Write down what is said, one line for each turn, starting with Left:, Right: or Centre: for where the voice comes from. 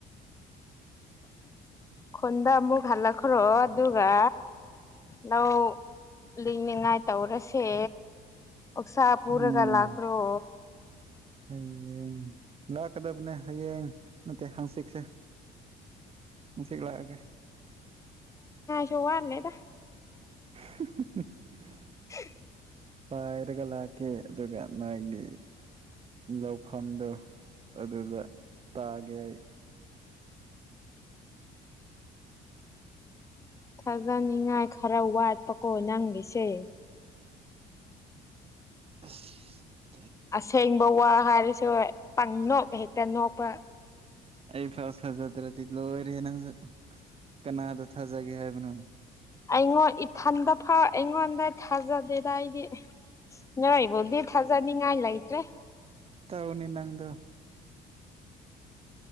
Left: ꯈꯨꯟ ꯗ ꯑꯃꯨꯛ ꯍꯜꯂꯛꯈꯔꯣ ꯑꯗꯨꯒ ꯂꯧ ꯂꯤꯡꯅꯤꯉꯥꯏ ꯇꯧꯔꯁꯦ ꯑꯣꯛꯁꯥ ꯄꯨꯔꯒ
Right: ꯎꯝ
Left: ꯂꯥꯛꯈ꯭ꯔꯣ
Right: ꯍꯌꯦꯡ ꯂꯥꯛꯀꯗꯕꯅꯦ ꯍꯌꯦꯡ ꯅꯠꯇꯦ ꯍꯪꯆꯤꯛꯁꯦ ꯍꯪꯆꯤꯛ ꯂꯥꯛꯑꯒꯦ
Left: ꯁꯨ ꯋꯥꯠꯂꯦꯗꯥ
Right: <unintelligible>
Left: <unintelligible>
Right: ꯄꯥꯏꯔꯒꯥ ꯂꯥꯛꯀꯦ ꯑꯗꯨꯒ ꯅꯣꯏꯒꯤ ꯂꯧꯐꯝꯗꯣ ꯑꯗꯨꯗ ꯇꯥꯒꯦ ꯑꯩ
Left: ꯊꯥꯖꯅꯤꯡꯉꯥꯏ ꯈꯔ ꯋꯥꯠꯄꯀꯣ ꯅꯪꯒꯤꯁꯦ
Right: ꯑꯁ
Left: ꯑꯁꯦꯡꯕ ꯋꯥ ꯍꯥꯏꯔꯁꯨ ꯄꯪ ꯅꯣꯛ ꯍꯦꯛꯇ ꯅꯣꯛꯄ
Right: ꯑꯩ ꯐꯁ ꯊꯥꯖꯗ꯭ꯔꯗꯤ ꯂꯣꯏꯔꯦ ꯅꯪꯁꯨ ꯀꯅꯥꯗ ꯊꯥꯖꯒꯦ ꯍꯥꯏꯕꯅꯣ
Left: ꯑꯩꯉꯣꯟ ꯏꯊꯟꯗ ꯐꯥꯎ ꯑꯩꯉꯣꯟꯗ ꯊꯥꯖꯥ ꯗꯦꯗ ꯑꯩꯗꯤ ꯅꯣꯏꯕꯨꯗꯤ ꯊꯥꯖꯥꯅꯤꯡꯉꯥꯏ ꯂꯩꯇ꯭ꯔꯦ
Right: ꯇꯥꯎꯅꯤ ꯅꯪꯗꯨ